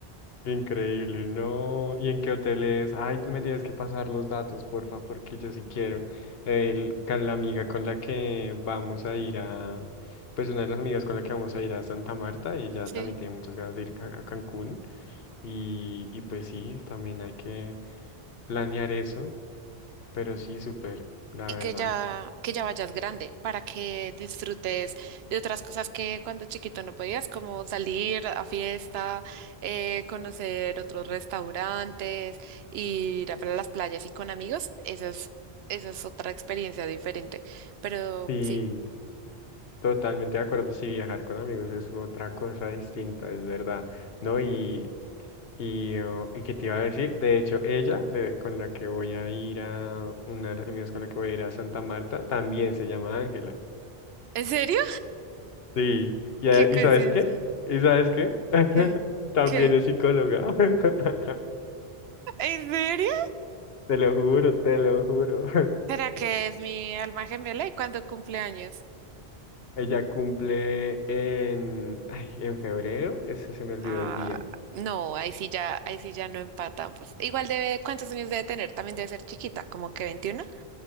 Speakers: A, on the left (about 70°); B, on the right (about 75°).
A: Increíble, no. ¿Y en qué hotel es? Ay, tú me tienes que pasar los datos, porfa, porque yo sí quiero. El, con la amiga con la que vamos a ir a, pues una de las amigas con la que vamos a ir a Santa Marta, ella
B: sí
A: también tiene muchas ganas de ir a, a Cancún. Y, y pues sí, también hay que planear eso, pero sí, súper, la
B: y
A: verdad.
B: que ya, que ya vayas grande para que disfrutes de otras cosas que cuando chiquito no podías, como salir a fiesta, eh, conocer otros restaurantes, ir a las playas y con amigos. Eso es, eso es otra experiencia diferente. Pero
A: Sí.
B: sí,
A: Totalmente de acuerdo, sí, viajar con amigos es otra cosa distinta, es verdad, ¿no? Y, y, oh, y qué te iba a decir, de hecho, ella, de- con la que voy a ir a, una de las amigas con la que voy a ir a Santa Marta, también se llama Ángela.
B: ¿en serio?
A: Sí, y,
B: ¿Qué
A: a-
B: cosa
A: ¿y sabes
B: es eso?
A: qué? ¿Y sabes qué? <laughs>
B: ¿Qué?
A: También
B: ¿Qué?
A: es psicóloga. <laughs>
B: ¿En serio?
A: Te lo juro, te lo juro.
B: ¿Será que es mi alma gemela y cuando cumple años?
A: <laughs> Ella cumple en, ay, en febrero, ese se me olvidó
B: Ah,
A: el día,
B: no, ahí sí ya, ahí sí ya no empatan. Pues igual debe, ¿cuántos años debe tener? También debe ser chiquita, como que 21,